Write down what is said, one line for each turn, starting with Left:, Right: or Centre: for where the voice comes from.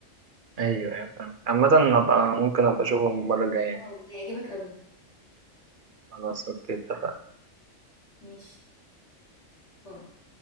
Right: ايوه ايوه فاهم عامة ابقى ممكن ابقى اشوفهم المرة الجاية يعني.
Left: واو هيعجبك قوي
Right: خلاص اوكي اتفقنا
Left: ماشي باي